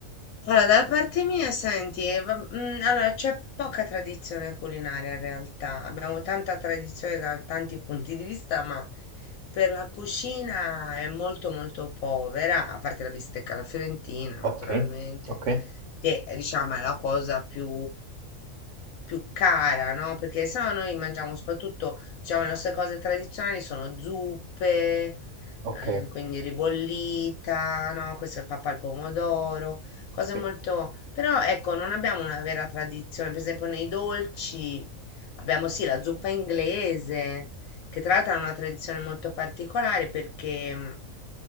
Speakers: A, on the left; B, on the right.
A: Allora, da parte mia, senti, eh, va- mm, allora, c'è poca tradizione culinaria in realtà. Abbiamo tanta tradizione da tanti punti di vista, ma per la cucina è molto molto povera, a parte la bistecca alla fiorentina,
B: Ok,
A: naturalmente,
B: ok,
A: che eh, diciamo è la cosa più, più cara, no? Perché se no noi mangiamo soprattutto, diciamo, le nostre cose tradizionali sono zuppe,
B: ok,
A: eh, quindi ribollita, no? Questo è il pappa al pomodoro cose
B: Ok.
A: molto... Però ecco, non abbiamo una vera tradizione, per esempio nei dolci abbiamo sì la zuppa inglese, che tra l'altro ha una tradizione molto particolare perché... mhmm,